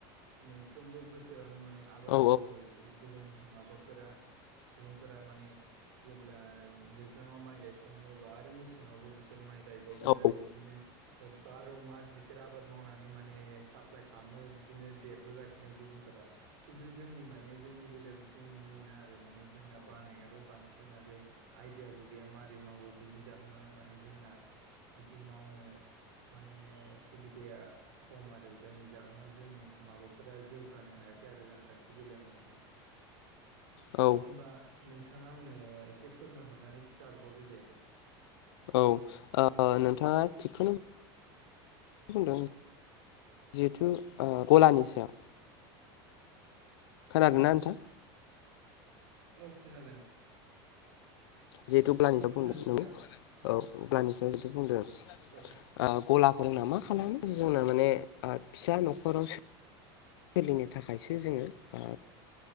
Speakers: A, on the right (about 85°); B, on the left (about 80°).
A: मोनफ्रोमबो बोसोरावनो माने आबाद
B: औ
A: मावो जो गुबुन माबाफोरा सुबुंफोरा माने जेब्ला दैज्लाङाव माइ गायखाङो अबा आरो मेसेङावबो बिसोर माइ गायबावगोन
B: औ
A: आरो बिदिनो दा बार' मास बिसोर आबाद मावनानै माने साप्लाय खाममो बिदिनो देरबोगासिनो गुबुनफोरा खिन्थु जोंनि माने जोंनि बेलायाव बिदि नुनो मोना आरो माने जोंना बानायाबो बांसिन आरो आयदियाबो गैया मारै मावो बिनि जाहोनावनो माने जोंना बिदि मावनो माने सुबिदाया खम आरो जायनि जाहोनाव जोंनि माबाफोरा जौगानो हायाखै आरो रांखान्थि बेलायाव नोंथां।
B: औ
A: होमबा नोंथाङा आंनो एसे फोरमायहरनानै खिन्था हरबावदो दे।
B: औ आ ओ नोंथाङा थिगखोनो बुंदों जिहेथु ओ गलानि सायाव खोनादो
A: औ
B: ना नोंथां?
A: औ खोनादों।
B: जिहेतु ब्लानिं
A: औ
B: सायाव
A: खोनादों
B: बुंदों
A: नोंथां
B: नंगौ औ ब्लानिं सायाव जिहेथु बुंदों।
A: औ
B: आ गलाखौ जोंना मा खालामो जोंना माने आ फिसा न'खरावसो सोलिनो थाखायसो जोङो आ